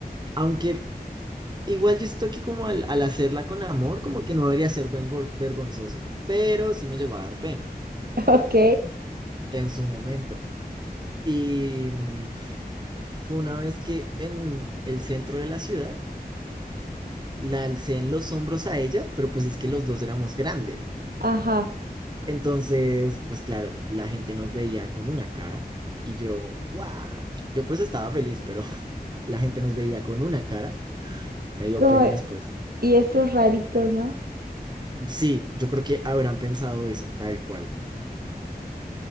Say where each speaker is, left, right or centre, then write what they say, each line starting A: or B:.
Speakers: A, on the right (about 25°); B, on the right (about 65°).
A: Aunque igual yo siento que como al, al hacerla con amor, como que no debería ser vengo- vergonzoso. Pero sí me llegó a dar pena
B: Ok.
A: en su momento. Y mm, fue una vez que en el centro de la ciudad la alcé en los hombros a ella, pero pues es que los dos éramos grandes.
B: Ajá.
A: Entonces, pues claro, la gente nos veía con una cara y yo, wow, yo pues estaba feliz, pero <laughs> la gente nos veía con una cara. Me dio
B: Como-
A: pena después.
B: y esos raritos, ¿no?
A: Sí, yo creo que habrán pensado eso, tal cual.